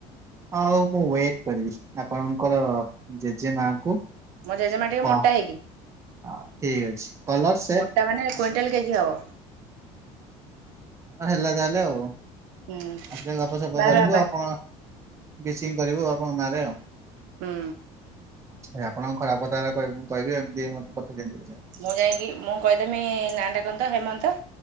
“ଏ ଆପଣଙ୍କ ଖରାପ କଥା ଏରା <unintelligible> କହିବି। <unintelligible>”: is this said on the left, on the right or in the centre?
Right